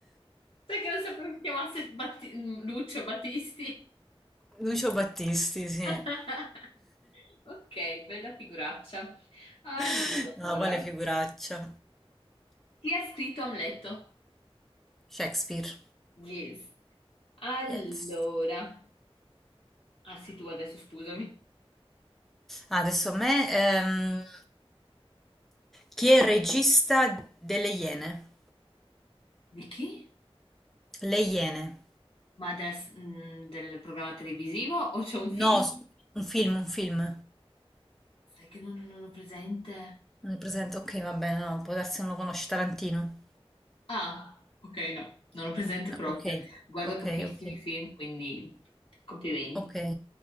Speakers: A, on the left (about 65°); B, in the centre.
A: Sai che non sapevo che si chiamasse Batti- Lucio Battisti?
B: Lucio Battisti, sì.
A: <laughs> Ok, bella figuraccia. Allora,
B: <laughs> No, quale figuraccia?
A: chi ha scritto Amleto?
B: Shakespeare,
A: Yes. Allora,
B: yes.
A: ah sì, tu adesso scusami.
B: Ah, adesso a me, ehm, chi è il regista delle Iene?
A: Di chi?
B: Le Iene.
A: Ma del, mm, del programma televisivo o c'è un film?
B: No, s- un film, un film.
A: Sai che non, non ho presente.
B: Non è presente? Ok, va bene, no, può darsi che non lo conosci Tarantino.
A: Ah, ok, no, non ho presente
B: No,
A: proprio.
B: Ok,
A: Guardo
B: ok,
A: pochissimi
B: ok,
A: film, quindi complimenti.
B: ok.